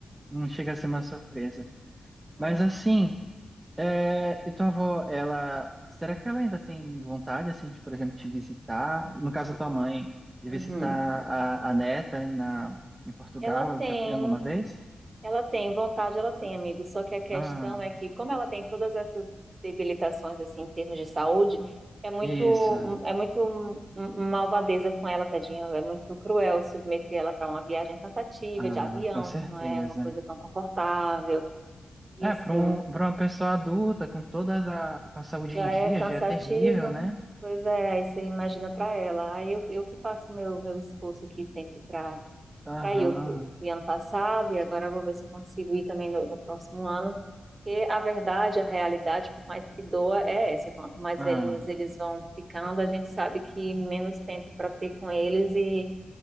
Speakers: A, on the right; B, on the right.
A: Não chega a ser uma surpresa.
B: né?
A: Mas assim. É, e tua avó, ela, será que ela ainda tem vontade, assim, de, por exemplo, te visitar? No caso da tua mãe, de
B: Uhum.
A: visitar a, a neta aí na, em Portugal,
B: Ela tem.
A: ela já foi alguma vez?
B: Ela tem vontade, ela tem, amigo. Só que a questão
A: Ah,
B: é que, como ela tem todas essas debilitações assim em termos de saúde, é muito
A: isso,
B: é muito um, um malvadeza com ela, tadinha. É muito cruel submeter ela para uma viagem cansativa
A: ah,
B: de avião,
A: com certeza.
B: que não é uma coisa tão confortável. E
A: É,
B: assim,
A: para um, para uma pessoa adulta, com todas a, com a saúde
B: já
A: em
B: é
A: dia,
B: cansativa.
A: já é terrível, né?
B: Pois é, aí você imagina para ela. Aí eu, eu que faço meu meu esforço aqui sempre para
A: Aham,
B: para ir. Eu eu fui ano passado e agora eu vou ver se eu consigo ir também no, no próximo ano. Porque a verdade, a realidade, por mais que doa, é essa. Quanto mais
A: ah,
B: velhinhos eles vão ficando, a gente sabe que menos tempo para ter com eles e,